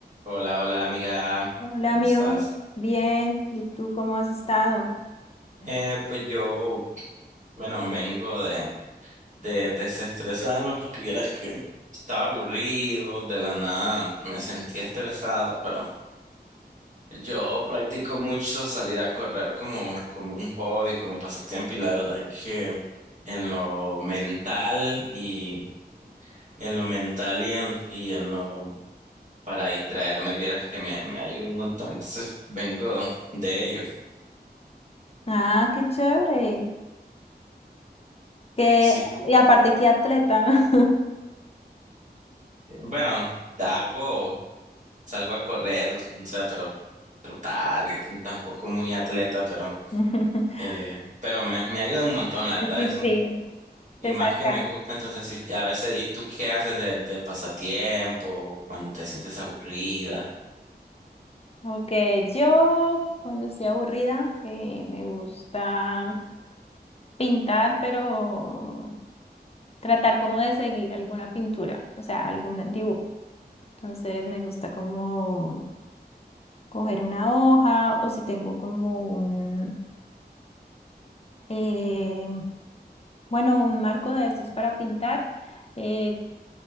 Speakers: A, on the right; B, on the left.
A: Hola, hola amiga,
B: Hola
A: ¿cómo
B: amigo,
A: estás?
B: bien, ¿y tú cómo has estado?
A: Eh, pues yo, bueno, vengo de, de desestresarme porque vieras que estaba aburrido, de la nada me sentía estresado, pero yo practico mucho salir a correr como, como un hobby, como pasatiempo y la verdad que en lo mental y en lo mental y en, y en lo para distraerme, vieras que me, me ayuda un montón, entonces vengo de ello.
B: Ah, qué chévere. Que
A: Si tú
B: y aparte, qué atleta.
A: Bueno, hago, salgo a correr, o sea, pero trotar, tampoco muy atleta, pero,
B: <laughs>
A: eh, pero me, me ayuda un montón, la
B: Sí,
A: verdad,
B: sí,
A: es un,
B: sí,
A: y
B: te
A: más
B: saca.
A: que me gusta, entonces sí, y a veces, ¿y tú qué haces de, de pasatiempo, cuando te sientes aburrida?
B: Ok, yo cuando estoy aburrida eh, me gusta pintar, pero tratar como de seguir alguna pintura, o sea, algún dibujo. Entonces me gusta como coger una hoja o si tengo como un... eh, Bueno, un marco de esos para pintar. eh,